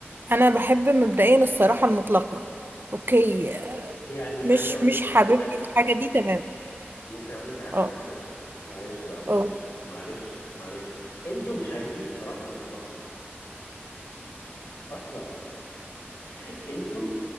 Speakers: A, on the right (about 55°); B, on the left (about 75°).
A: أنا بحب مبدئيا الصراحة المطلقة أوكي
B: يعني
A: مش
B: عايز أقول
A: مش
B: لك ح-
A: حاببني
B: عايز
A: في الحاجة دي تمام
B: ممكن أقول لك على حاجة
A: اه
B: معلش معلش بقى معلش
A: اه
B: بقى معلش بقى معلش انتوا مش عايزين الصراحة المطلقة اصلا <laughs> انتوا